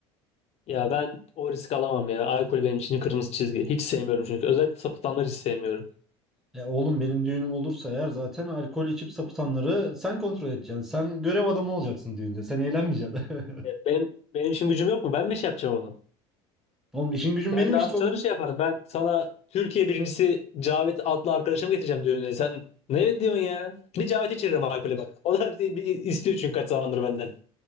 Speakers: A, on the left; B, in the centre.
A: Ya ben o risk alamam ya. Alkol benim için kırmızı çizgi. Hiç sevmiyorum çünkü. Özellikle sapıtanları hiç sevmiyorum.
B: E oğlum benim düğünüm olursa eğer zaten alkol içip sapıtanları sen kontrol edeceksin. Sen görev adamı olacaksın düğünde. Sen eğlenmeyeceksin. <laughs>
A: Benim benim için gücüm yok mu? Ben mi şey yapacağım onu?
B: Oğlum işin gücün
A: Ben
B: benim
A: dansçıları
B: işte o gün.
A: şey yaparım. Ben sana Türkiye birincisi Cavit adlı arkadaşımı getireceğim düğününe. Sen ne evet diyorsun ya? Bir Cavit içiririm alkolü bak. O da bir, bir istiyor çünkü kaç zamandır benden.